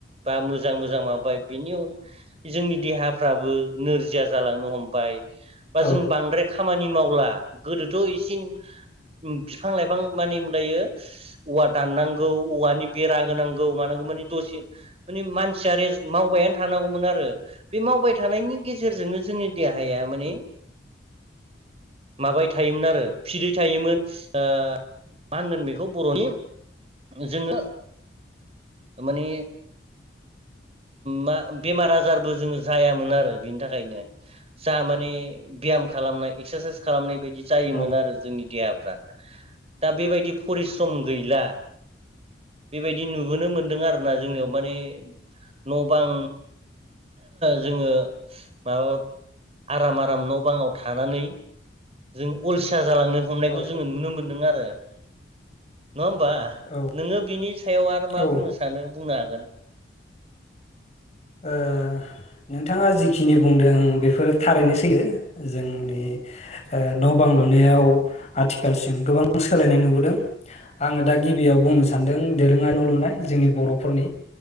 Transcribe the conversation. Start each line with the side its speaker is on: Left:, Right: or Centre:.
Right: बा मोजां मोजां माबाय बिनि जोंनि देहाफ्राबो नोरजिया जालांनो हमबाय। बा
Left: औ
Right: जों बांद्राय खामानि मावला आ गोदोथ' एसिम बिफां लाइफां मानिमलायो औवा दाननांगौ औवानि बेरा होनांगौ मानांगौ मानि दसे मानि मानसिया रेस मावबायानो थानांगौमोन आरो बे मावबाय थानायनि गेजेरजोंनो जोंनि देहाया मानि माबाय थायोमोन आरो फिदै थायोमोन ओ मा होनगोन बेखौ बर'नि जोङो माने मा बेमार आजारबो जोङो जायामोन आरो बिनि थाखायनो। जा माने ब्याम खालामनाय एक्सारसाइस खालामनाय बैदि जायोमोन
Left: औ
Right: आरो जोंनि देहाफ्रा दा बेबायदि फरिस सम गैला बेबायदि नुबोनो मोनदों आरोना जोंनियाव माने न' बां जोङो माबा आराम आराम न' बाङाव थानानै जों अलसिया जालांनो हमनायखौ
Left: औ
Right: जोङो नुनो मोनदों आरो। नङा होमबा?
Left: औ
Right: नोङो बिनि सायाव आरो मा
Left: ओ
Right: बुंनो सानो बुंनो हाग गोन
Left: ओ नोंथाङा जिखिनि बुंदों बेफोर थारैनो सैथो जोंनि ओ न' बां लुनायाव आथिखालसिम गोबां सोलायनाय नुबोदों । आङो दा गिबियाव बुंनो सानदों दोरोङा न' लुनाय जोंनि बर'फोरनि।